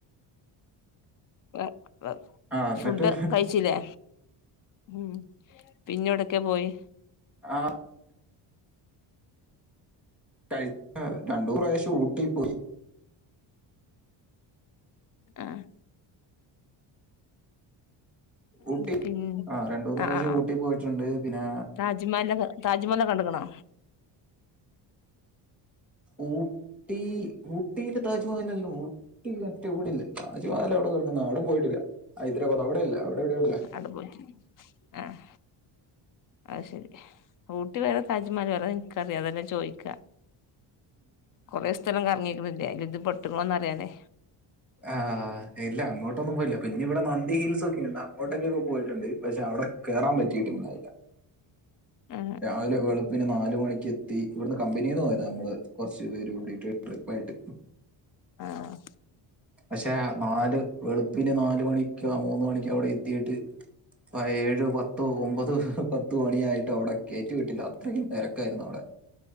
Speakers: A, on the left (about 45°); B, in the centre.
A: വ വ
B: ആ എന്നിട്ട്
A: ഫുഡ് കഴിച്ചിലേ? ഉം പിന്നെവെടക്കെ പോയി
B: ആ കഴി രണ്ടൂന്ന് പ്രാവശ്യം ഊട്ടി പോയി
A: ആ
B: ഊട്ടി
A: ന്ത് പിം
B: ആ രണ്ടു മൂന്ന്
A: ആ.
B: പ്രാവശ്യം
A: ആ.
B: ഊട്ടി പോയിട്ടുണ്ട് പിന്നെ
A: ആ. ജ്മഹൽ, താജ്മഹലൊക്കെ കണ്ടിക്ക്ണോ
B: ഓഹ് ഈ ഊട്ടി ഊട്ടിയിൽ താജ്മഹലില്ലല്ലോ ഊട്ടി മറ്റ് ഇവിടെ അല്ല താജ്മഹൽ എവിടെ കെടക്കുന്നോ ആവോ പോയിട്ടില്ല ഹൈദരാബാദ് അവിടെല്ല അവിടെവിടെ
A: അവിടെ പോയിട്ടുണ്ട് ആഹ് അ ശരി ഊട്ടി വേറെ താജ്മഹൽല് വേറെ അതെനിക്കറിയാ. അതെല്ലാം ചോയിക്കാ കുറെ സ് ഒരുത്തലും കറങ്ങിക്കില്ല അ ഇത് ആറ്റം പൊട്ടോക് ണൊറിയാനേ
B: ആഹ് ഇല്ല അങ്ങോട്ടൊന്നും പോയില്ല പിന്നെ ഇവിടെ നന്തി ഹിൽസ് ഒക്കെ ഇണ്ട് അങ്ങോട്ടേക്കേ അങ്ങോട്ടൊക്കെ പോയിട്ടുണ്ട് പക്ഷെ അവിടെ കേറാൻ പറ്റിറ്റുണ്ടായില്ല
A: ആ
B: രാവിലെ വെള പിന്നെ നാല് മണിക്ക് എത്തി ഇവിടുന്ന് കമ്പനിന്ന് പോയതാ നമ്മള് കൊറച്ചു പേര് കൂടിട്ട് ട്രിപ്പ് ആയിട്ട്
A: ആഹ്
B: പക്ഷെ നാല് വെളുപ്പിന് നാല് മണിക്കോ മൂന്ന് മണിക്കോ അവിടെ എത്തിയിട്ട് ഏഴോ പത്തോ ഒമ്പതോ, പത്ത് മണിയായിട്ട് അവിടെ കയറ്റി വിട്ടില്ല അത്രക്ക് തിരക്കായിരുന്നു അവിടെ